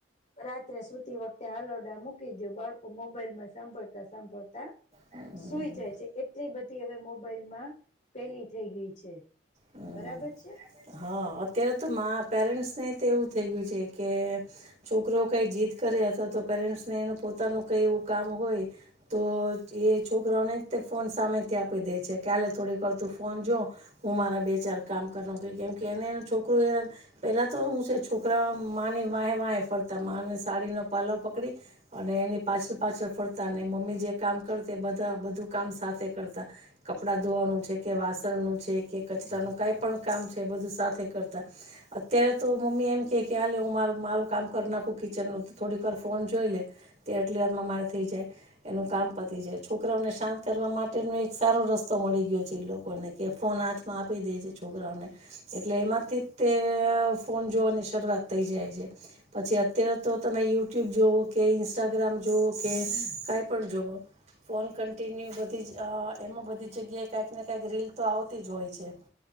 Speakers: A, on the left (about 40°); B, on the right (about 35°).
A: રાત્રે સુતી વખતે હાલરડા મૂકી દયો. બાળકો મોબાઈલમાં સાંભળતા સાંભળતા
B: હમ
A: સુઈ જાય છે. એટલી બધી હવે મોબાઈલમાં પેલી થઈ ગઈ છે.
B: હમ હમ
A: બરાબર છે?
B: હા. અત્યારે તો મા પેરેન્ટ્સ ને તેવું થઈ ગયું છે કે છોકરો કઈ જીદ કરે અથવા તો પેરેન્ટ્સને એનું પોતાનું કઈ એવું કામ હોય તો એ છોકરાઓ ને તે ફોન સામેથી આપી દે છે કે આ લે કે થોડીક વાર તું ફોન જો હું મારા બે ચાર કામ કર લઉં કેમ કે એને છોકરું હેરાન પેલા તો હું છે છોકરા માની વાહે વાહે ફરતા મા ને સાડી નો પાલવ પકડી અને એની પાછળ પાછળ ફરતા ને મમ્મી જે કામ કર તે બધા બધું કામ સાથે કરતા. કપડા ધોવાનું છે, કે વાસણનું છ છે કે કચરાનું કાંઈ પણ કામ છે બધું સાથે કરતા. અત્યારે તો મમ્મી એમ કે કે આલે હું મારું મારું કામ કર નાખું કિચનનું થોડીક વાર ફોન જોઈ લે તે આટલી વારમાં મારે થઈ જાય. એનું કામ પતિ જાય છોકરાઓને શાંત કરવા માટેનો એક સારો રસ્તો મળી ગયો છે એ લોકોને કે ફોન હાથમાં આપી દે છે છોકરાઓને એટલે એમાંથી તે ફોન જોવની શરૂઆત થઈ જાય છે. પછી અત્યારે તો તમે યુટ્યુબ જોવો કે ઇન્સ્ટાગ્રામ જોવો કે કઈ પણ જોવો ફોન કન્ટિન્યુ બધી જ અ એમાં બધી જગ્યાએ કાંઈક ને કાંઈક રીલ તો આવતી જ હોય છે.